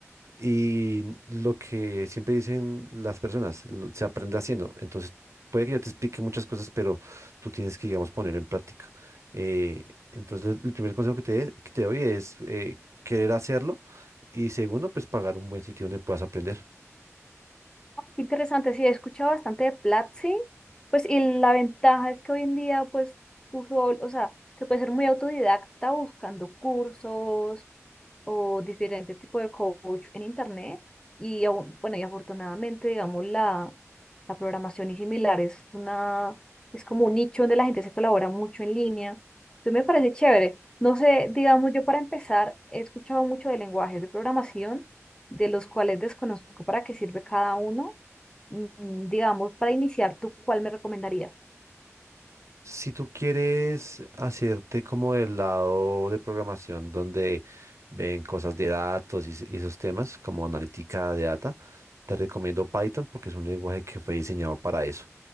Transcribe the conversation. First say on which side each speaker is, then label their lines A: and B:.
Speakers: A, on the right; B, on the left.
A: Y lo que siempre dicen las personas, lo- se aprende haciendo. Entonces, puede que yo te explique muchas cosas, pero tú tienes que, digamos, ponerlo en práctica. Eh, entonces, el el primer consejo que te, que te doy es eh, querer hacerlo y segundo, pues pagar un buen sitio donde puedas aprender.
B: Qué Interesante, sí, he escuchado bastante de Platzi, pues y la ventaja es que hoy en día, pues tú solo, o sea, se puede ser muy autodidacta buscando cursos, o diferente tipo de coach en internet. Y aún- bueno, y afortunadamente, digamos, la, la programación y similar es una, es como un nicho donde la gente se colabora mucho en línea. Entonces me parece chévere. No sé, digamos, yo para empezar he escuchado mucho de lenguajes de programación, de los cuales desconozco para qué sirve cada uno. Mm, mm, Digamos, para iniciar, ¿tú cuál me recomendarías?
A: Si tú quieres hacerte como del lado de programación donde ven cosas de datos y, es- y esos temas como analítica de data, te recomiendo Python porque es un lenguaje que fue diseñado para eso.